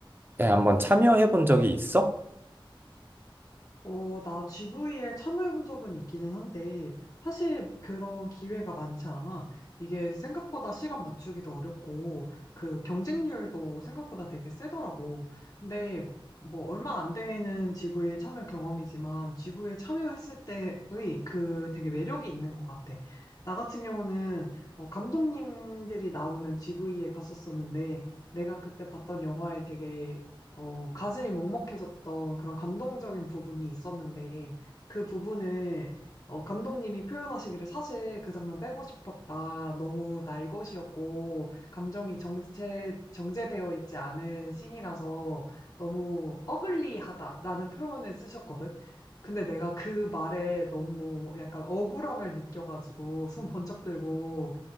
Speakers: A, on the right (about 25°); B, on the left (about 40°).
A: 에 한번 참여해 본 적이 있어?
B: 어, 나 GV에 참여해본 적은 있기는 한데, 사실 그런 기회가 많지 않아. 이게 생각보다 시간 맞추기도 어렵고, 그 경쟁률도 생각보다 되게 세더라고. 근데 뭐 얼마 안 되는 GV 참여 경험이지만, GV에 참여했을 때의 그 되게 매력이 있는 것 같아. 나 같은 경우는 어, 감독님들이 나오는 GV에 갔었었는데, 내가 그때 봤던 영화에 되게 어, 가슴이 먹먹해졌던 그런 감동적인 부분이 있었는데, 그 부분을, 어, 감독님이 표현하시기를 사실 그 장면 빼고 싶었다. 너무 날 것이었고, 감정이 정체, 정제되어 있지 않은 씬이라서 너무 어글리하다라는 표현을 쓰셨거든. 근데 내가 그 말에 너무 약간 억울함을 느껴가지고, 손 번쩍 들고,